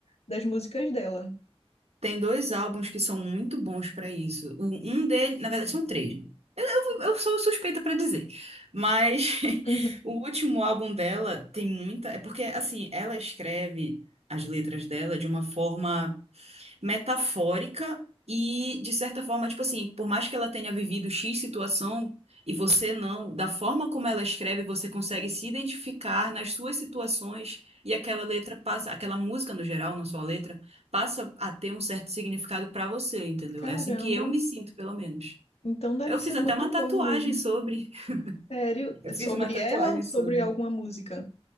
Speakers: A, on the left; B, on the right.
A: das músicas dela.
B: Tem dois álbuns que são muito bons pra isso. O- Um dele, na verdade, são três. né? Eu, eu, eu sou suspeita pra dizer. Mas
A: Uhum.
B: <laughs> o último álbum dela tem muita. É porque, assim, ela escreve as letras dela de uma forma metafórica e, de certa forma, tipo assim, por mais que ela tenha vivido X situação e você não, da forma como ela escreve, você consegue se identificar nas suas situações e aquela letra passa, aquela música no geral, não só a letra, passa a ter um certo significado pra você, entendeu?
A: Caramba,
B: É assim que eu me sinto, pelo menos.
A: então deve
B: Eu
A: ser
B: fiz
A: muito
B: até uma tatuagem
A: boa mesmo.
B: sobre. <laughs>
A: Sério?
B: Eu
A: É
B: fiz
A: sobre
B: uma tatuagem
A: ela ou sobre
B: sobre.
A: alguma música?